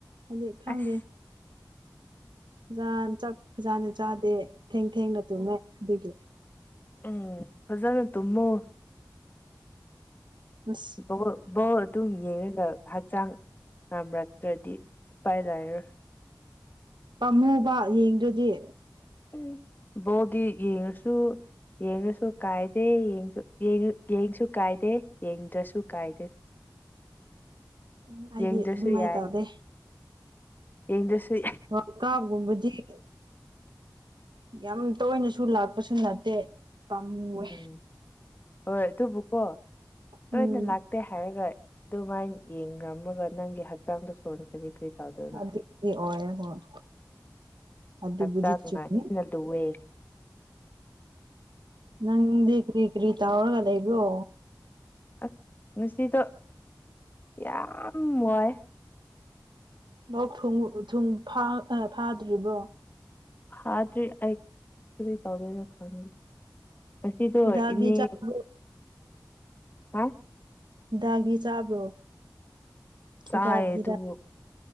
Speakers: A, on the right; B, on the left.
A: ꯍꯥꯏꯗꯤ ꯈꯪꯗꯦ
B: ꯑꯁ
A: ꯐꯖꯅ ꯆꯥꯛ ꯐꯖꯥꯅ ꯆꯥꯗꯦ ꯊꯦꯡ ꯊꯦꯡꯅ ꯇꯨꯝꯃꯦ ꯑꯗꯨꯒꯤ
B: ꯎꯝ ꯐꯖꯅ ꯇꯨꯝꯃꯣ
A: ꯑꯁ
B: ꯕꯣꯜ ꯕꯣꯜ ꯑꯗꯨꯝ ꯌꯦꯡꯔꯒ ꯍꯛꯆꯥꯡ ꯉꯝꯔꯛꯇ꯭ꯔꯗꯤ ꯎꯄꯥꯏ ꯂꯩꯥꯏꯔꯣꯏ
A: ꯄꯥꯝꯍꯨꯕ ꯌꯦꯡꯗ꯭ꯔꯗꯤ
B: ꯎꯝ ꯕꯣꯜꯗꯤ ꯌꯦꯡꯔꯁꯨ ꯌꯦꯡꯉꯁꯨ ꯀꯥꯏꯗꯦꯁꯨ ꯌꯦꯡꯉ ꯌꯦꯡꯉ ꯌꯦꯡꯉꯁꯨ ꯀꯥꯏꯗꯦ ꯌꯦꯡꯗ꯭ꯔꯁꯨ ꯀꯥꯏꯗꯦ
A: ꯎꯝ ꯍꯥꯏꯗꯤ
B: ꯌꯦꯡꯗ꯭ꯔꯁꯨ
A: ꯑꯗꯨꯃꯥꯏꯅ
B: ꯌꯥꯏ
A: ꯇꯧꯗꯦ
B: ꯌꯦꯡꯗ꯭ꯔꯁꯨ ꯌꯥꯏ
A: ꯉꯀꯥ ꯒꯨꯝꯕꯖꯤꯠ ꯌꯥꯝ ꯇꯣꯏꯅꯁꯨ ꯂꯥꯛꯄꯁꯨ ꯅꯠꯇꯦ ꯄꯥꯝꯃꯨꯋꯦ
B: ꯎꯝ ꯍꯣꯏ ꯑꯗꯨꯕꯨꯀꯣ ꯇꯣꯏꯅ
A: ꯎꯝ
B: ꯂꯥꯛꯇꯦ ꯍꯥꯏꯔꯒ ꯑꯗꯨꯃꯥꯏꯅ ꯌꯦꯡꯉꯝꯃꯒ ꯅꯪꯒꯤ ꯍꯛꯆꯥꯡꯗꯣ ꯁꯣꯟꯈ꯭ꯔꯗꯤ ꯀꯔꯤ ꯇꯧꯗꯣꯏꯕ
A: ꯑꯗꯨꯗꯤꯗꯤ ꯑꯣꯏꯌꯦ ꯍꯣꯏ ꯑꯗꯨꯕꯨꯗꯤ
B: ꯍꯛꯆꯥꯡꯅ
A: ꯆꯨꯝꯃꯤ
B: ꯍꯦꯟꯅ ꯂꯨꯋꯦ
A: ꯅꯪꯗꯤ ꯀꯔꯤ ꯀꯔꯤ ꯇꯧꯔꯒ ꯂꯩꯕ꯭ꯔꯣ
B: ꯑꯁ ꯉꯁꯤꯗꯣ ꯌꯥꯝ ꯋꯥꯏꯌꯦ
A: ꯂꯣꯛꯊꯨꯡ ꯊꯨꯡ ꯐꯥ ꯑ ꯐꯥꯗ꯭ꯔꯤꯕꯣ
B: ꯍꯥꯥꯗꯔꯤ ꯑꯩ ꯀꯔꯤ ꯇꯧꯗꯣꯏꯅꯣ ꯈꯪꯗ꯭ꯔꯦ ꯉꯁꯤꯗꯣ
A: ꯍꯤꯗꯥꯛꯗꯤ
B: ꯏꯅꯦ
A: ꯆꯥꯕ꯭ꯔꯣ
B: ꯍꯥ
A: ꯗꯥꯛꯗꯤ ꯆꯥꯕ꯭ꯔꯣ
B: ꯆꯥꯏ
A: ꯍꯤꯗꯥꯛ ꯍꯤꯗꯥꯛ
B: ꯑꯗꯨ